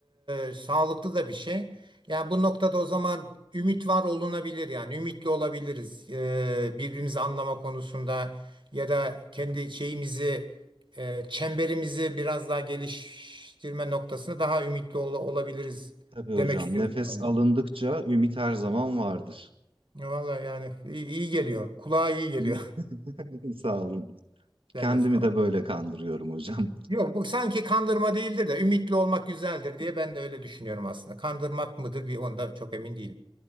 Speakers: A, on the right (about 60°); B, on the right (about 75°).
A: e, sağlıklı da bir şey. Yani bu noktada o zaman ümit var olunabilir yani. Ümitli olabiliriz. E, birbirimizi anlama konusunda ya da kendi şeyimizi, e, çemberimizi biraz daha geliştirme noktasında daha ümitli ol- olabiliriz
B: Tabii hocam
A: demek istiyorsun
B: nefes
A: sanıyorum.
B: alındıkça ümit her zaman vardır.
A: Ya Vallahi yani iyi, iyi geliyor. Kulağa iyi geliyor.
B: Hı? <laughs> Sağ olun.
A: <laughs> Sen
B: Kendimi
A: de sağ
B: de
A: ol.
B: böyle kandırıyorum hocam.
A: Yok bu sanki kandırma değildir de ümitli olmak güzeldir diye ben de öyle düşünüyorum aslında. Kandırmak mıdır bir onda çok emin değilim.